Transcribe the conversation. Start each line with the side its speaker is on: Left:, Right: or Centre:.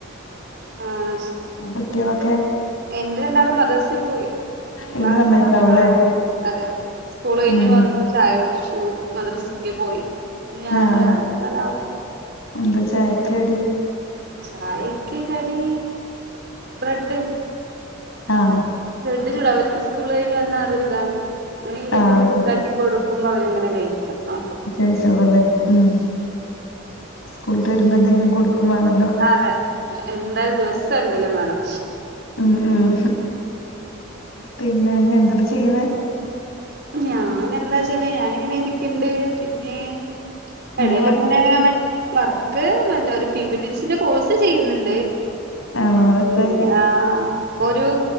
Right: ആ ശ
Left: കുട്ടികളൊക്കെ
Right: എന്റെ രണ്ടാളും മദ്രസേ പോയി ക്ലാസ്
Left: ഈ സമയത്താവൂല്ലേ
Right: നൊക്കെ ആ അതെ സ്കൂൾ കഴിഞ്ഞ്
Left: ഉം
Right: വന്നു ചായ കുടിച്ചു മദ്രസക്ക് പോയി ഇനി ആറ്
Left: ആഹ്
Right: ആറേമുക്കാലാവും
Left: എന്താ ചായക്ക് കടി
Right: ചായക്ക് കടി ബ്രെഡ്
Left: അ ആ
Right: ബ്രെഡ് ചൂട അവർക്ക് സ്കൂൾ കഴിഞ്ഞ് വന്നാൽ അതൊരിതാണ് നെയ്യിലൊക്കെ
Left: ആഹ്
Right: ഇട്ട്
Left: അത്
Right: ചൂടാക്കി
Left: ശരി
Right: കൊടുക്കും കുമ്പ അവരങ്ങനെ കഴിക്കും ആ
Left: കഴിച്ചോളല്ലേ ഉം സ്കൂള് വിട്ട് വരുമ്പോ എന്തെങ്കിലും കൊടുക്കും വേണല്ലോ
Right: അതെ എന്തായാലും ദിവസം എന്തേലും വേണം
Left: ഉം ഉം പിന്നെ എന്തൊപ്പ ചെയ്യണ്
Right: ഞാൻ എന്താച്ചെന്നാ ഞാനിങ്ങനെ ഇരിക്കണ്ട് പിന്നെ
Left: എന്തേം
Right: എടേൽ
Left: വർക്ക്
Right: ഇങ്ങനെ വർക്ക് മറ്റൊര് P P T C C course ചെയ്യുന്നുണ്ട്
Left: ആണോ അതെത്രായി
Right: പിന്നെ ആ ഒരു